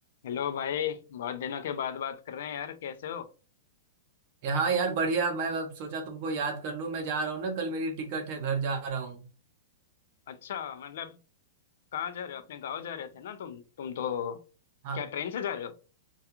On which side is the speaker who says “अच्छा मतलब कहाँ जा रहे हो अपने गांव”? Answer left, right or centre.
Left